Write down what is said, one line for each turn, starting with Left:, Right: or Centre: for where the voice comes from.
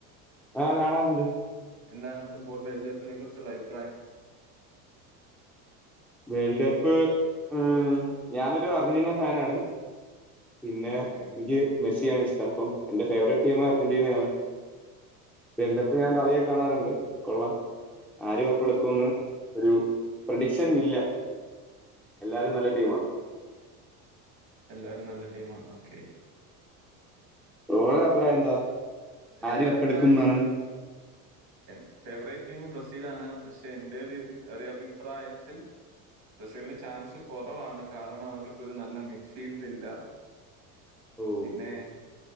Centre: ആഹ് കാണാറുണ്ട്.
Right: എന്താണ് ഫുട്ബോൾ വേൾഡ് കപ്പിനെ കുറിച്ചുള്ള അഭിപ്രായം
Centre: വേൾഡ് കപ്പ് ഉം ഞാനൊരു അർജന്റീന ഫാനാണ്. പിന്നെ
Right: ഓക്കെ
Centre: എനിക്ക് മെസ്സിയാണ് ഇഷ്ടം അപ്പം എന്റെ ഫേവറേറ്റ് ടീം അർജന്റീനയാണ്. വേൽഡപ്പ് ഞാൻ കളിയെ കാണാറുണ്ട് കൊള്ളാം. ആര് കപ്പെടുക്കുന്ന് ഒരു പ്രെഡിക്ഷ റ്റൻ ഇല്ല എല്ലാരും നല്ല ടീമാണ്.
Right: എല്ലാരും നല്ല ടീമാണ് ഓക്കേ.
Centre: ബ്രോടെ അഭിപ്രായം എന്താ ആര്
Right: എന്റെ
Centre: കപ്പെടുക്കും
Right: അഭിപ്രായം
Centre: എന്നാണ്?
Right: എൻ ഫേവറേറ്റ് ടീം ബ്രസീലാണ് പക്ഷെ എന്റൊരുത് ഒര് അഭിപ്രായത്തിൽ ബ്രസീലിന് ചാൻസ് കൊറവാണ് കാരണം അവർക്കൊരു നല്ല മിഡ്ഫീൽഡ് ഇല്ല.
Centre: ഓ
Right: പിന്നേ